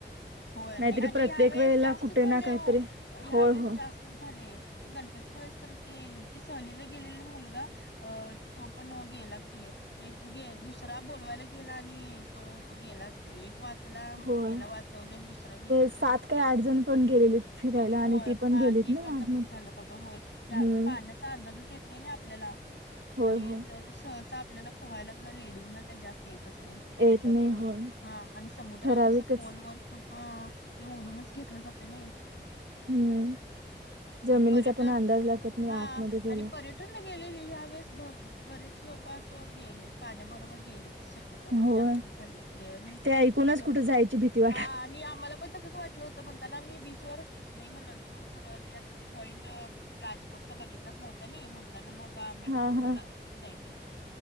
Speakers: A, on the left (about 70°); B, on the right (about 80°).
A: हो
B: नाहीतरी
A: नाय आणि
B: प्रत्येक
A: ह्या वेळेस
B: वेळेला
A: जास्तच
B: कुठे
A: झालय
B: ना
A: आहो
B: काहीतरी
A: ह्या
B: होय
A: वेळेस
B: होय
A: जास्त तच झालय ते गणपती पुळेच तर ते ते सहलीला गेलेला मुलगा अ तो पण गेला की एक उगे दुसरा बोलवायला गेला आणि तो तो गेलाच एक वाचला
B: होय
A: त्येला वाच चवल आणि दुसरा गेलच
B: सात
A: की
B: काही आठ जण पण गेलेलीत फिरायला
A: होय
B: आणि ती पण
A: हा
B: गेलीत
A: ते
B: ना
A: पण
B: आतमध्ये
A: तसच झालं बघा होय. या
B: हम्म
A: पाण्याचा अंदाजच येत नाही ना आपल्याला
B: होय
A: आणि
B: होय
A: जर सहसा आपल्याला पोहायला हा लेडीजना काय जास्त येतच नाही
B: येत
A: परंतु
B: नाही होय
A: हा आणि समुद्र
B: ठराविकच
A: कस खोलवर खूप हा ते ओढूनच घेतलं जातय नई
B: हम्म जमिनीचा
A: आणि पर्यटन
B: पण अंदाज लागत नाही
A: हा
B: आतमध्ये गेला
A: आणि पर्य <unintelligible> गेले मी ह्या वेळेस बरेच लोक असं गेले पाण्याबरोबर गेलेच शक्य त तसं
B: होय
A: जास्तच झालय रेअरली
B: ते ऐकूनच
A: सकं
B: कुठे जायची भीती वा
A: हा आणि आम्हाला पण तसंच वाटलं होतं म्हणताना मी बीचवर नाही म्हणाल तो खरं ते आता ते पॉईंट राजकोटचा बघितलाच नव्हता ना म्हण पण मग आम्ही
B: हा
A: पण म्हटलं
B: हा
A: आता तिथं जायचं.